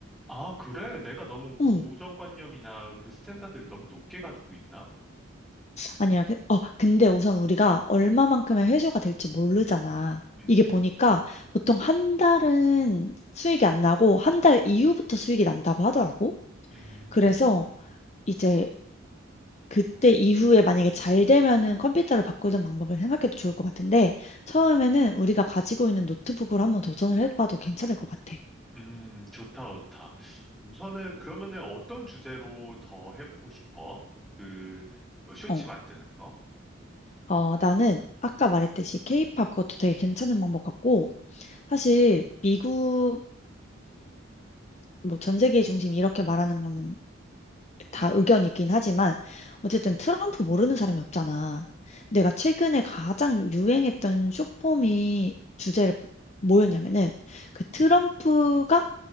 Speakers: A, in the centre; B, on the left (about 35°).
A: 아, 그래? 내가 너무 고정관념이나
B: 응.
A: 그 스탠다드를 너무 높게 가지고 있나?
B: 아니야. 그, 어, 근데 우선 우리가 얼마만큼의 회수가 될지 모르잖아.
A: 음.
B: 이게 보니까 보통 한 달은 수익이 안 나고 한 달 이후부터 수익이 난다고 하더라고.
A: 음.
B: 그래서 이제 그때 이후에 만약에 잘 되면은 컴퓨터를 바꾸는 방법을 생각해도 좋을 것 같은데, 처음에는 우리가 가지고 있는 노트북으로 한번 도전을 해봐도 괜찮을 것 같아.
A: 음, 좋다, 좋다. 우선은 그러면은 어떤 주제로 더 해보고 싶어? 그 뭐 쇼츠
B: 어,
A: 만드는 거?
B: 어, 나는 아까 말했듯이 케이팝 그것도 되게 괜찮은 방법 같고, 사실 미국이 뭐 전 세계 중심 이렇게 말하는 거는 다
A: 음,
B: 의견이긴
A: 음,
B: 하지만, 어쨌든 트럼프 모르는 사람이 없잖아.
A: 음.
B: 내가 최근에 가장 유행했던 쇼폼이 주제를 뭐였냐면은 그 트럼프가